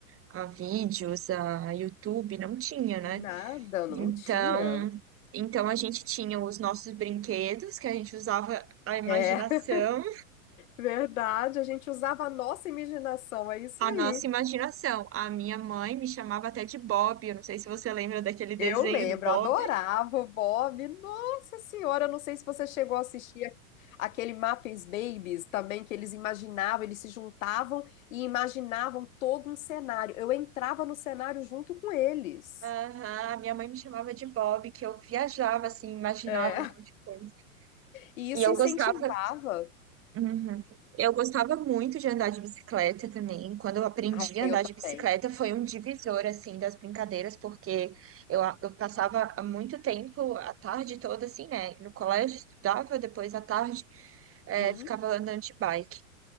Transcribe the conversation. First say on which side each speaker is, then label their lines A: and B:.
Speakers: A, on the right (about 30°); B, on the left (about 65°).
A: a vídeos, a YouTube, não tinha, né?
B: Nada,
A: Então,
B: não tinha.
A: então a gente tinha os nossos brinquedos, que a gente usava a imaginação,
B: É, <laughs> verdade, a gente usava a nossa imaginação, é isso
A: a
B: aí.
A: nossa imaginação. A minha mãe me chamava até de Bob, eu não sei se você lembra daquele desenho
B: Eu lembro,
A: do Bob.
B: adorava o Bob. Nossa Senhora, eu não sei se você chegou a assistir a- aquele Muppets Babies também, que eles imaginavam, eles se juntavam e imaginavam todo um cenário. Eu entrava no cenário junto com eles.
A: Aham, minha mãe me chamava de Bob, que eu viajava assim, imaginava
B: É.
A: um monte de coisa.
B: E isso
A: E eu
B: incentivava.
A: gostava, Uhum. Eu gostava muito de andar de bicicleta também. Quando eu aprendi
B: Ah,
A: a
B: eu
A: andar
B: também.
A: de bicicleta, foi um divisor assim das brincadeiras, porque eu, a- eu passava há muito tempo a tarde toda assim, né? No colégio estudava, depois à tarde eh,
B: Sim.
A: ficava andando de bike.